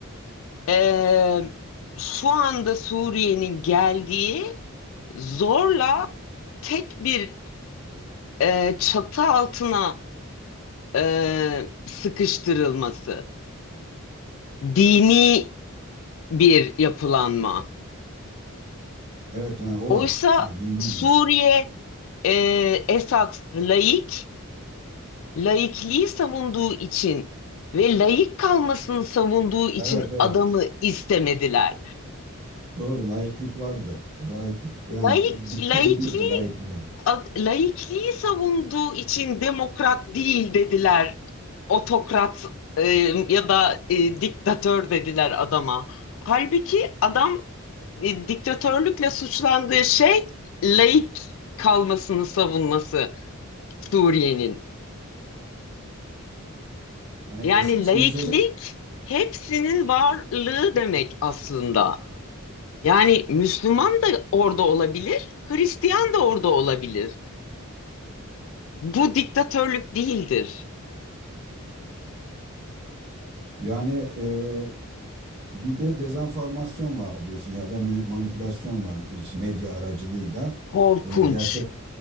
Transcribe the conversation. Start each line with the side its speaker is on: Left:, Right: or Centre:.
Left: eee, şu anda Suriye'nin geldiği zorla tek bir eee, çatı altına eee, sıkıştırılması. Dini bir yapılanma.
Right: Evet, ha, o var.
Left: Oysa
Right: Ha, Dini.
Left: Suriye eee Esad laik, laikliği savunduğu için ve laik kalmasını savunduğu için
Right: Evet, evet.
Left: adamı istemediler.
Right: Doğru, laiklik vardı. Laiklik yani
Left: Laik,
Right: di- dikkat
Left: laikliği,
Right: ediyordu laikliğe.
Left: a- laikliği savunduğu için demokrat değil dediler. Otokrat e, ya da e, diktatör dediler adama. Halbuki adam e, diktatörlükle suçlandığı şey laik kalmasını savunması Suriye'nin.
Right: Yani
Left: Yani
Right: esas
Left: laiklik
Right: mesele
Left: hepsinin varlığı demek aslında. Yani Müslüman da orada olabilir, Hristiyan da orada olabilir. Bu diktatörlük değildir.
Right: Yani e, bir de dezenformasyon var diyorsun ya da mani- manipülasyon var işte medya aracılığıyla
Left: Korkunç,
Right: E, gerçek